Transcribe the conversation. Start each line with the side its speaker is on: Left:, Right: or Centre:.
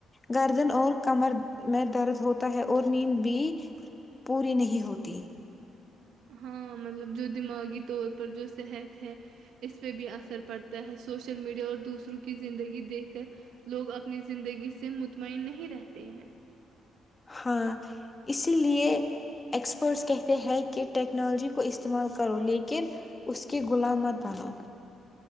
Left: گردن اور کمر میں درد ہوتا ہے اور نیند بھی پوری نہیں ہوتی
Right: ہاں مطلب جو دماغی طور پر جو صحت ہے اس پہ بھی اثر پڑ تا ہے سوشل میڈیا اور دوسروں کی زندگی دیکھ کر لوگ اپنی زندگی سے مطمعین نہیں رہتے ہیں
Left: ہاں اسی لیے اییکسپرٹس کہتے ہیں کہ ٹیکنالوجی کو استعمال کرو لیکن اس کی غلام مت بنو